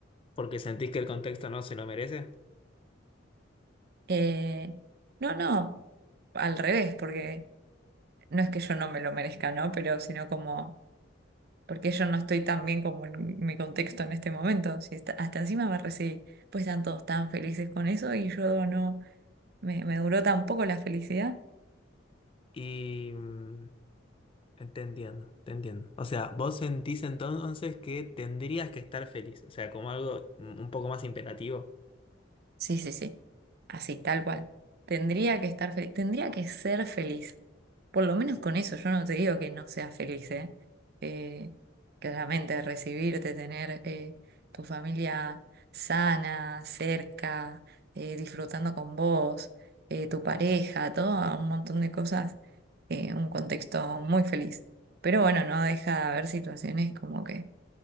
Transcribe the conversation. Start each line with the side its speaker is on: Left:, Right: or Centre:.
Left: Porque sentís que el contexto no se lo merece.
Right: Eh, no, no, al revés, porque no es que yo no me lo merezca, ¿no? Pero sino como, porque yo no estoy tan bien como en mi contexto en este momento. Si está- hasta encima me recibí, pues están todos tan felices con eso y yo no, me, me duró tan poco la felicidad
Left: Y mm, te entiendo, te entiendo. O sea, vos sentís entonces que tendrías que estar feliz, o sea, como algo mm, un poco más imperativo.
Right: Sí, sí, sí. Así, tal cual. Tendría que estar feliz, tendría que ser feliz. Por lo menos con eso, yo no te digo que no seas feliz, ¿eh? Eh, claramente recibirte, tener eh, tu familia sana, cerca, eh, disfrutando con vos, eh, tu pareja, todo un montón de cosas, eh, un contexto muy feliz. Pero bueno, no deja de haber situaciones como que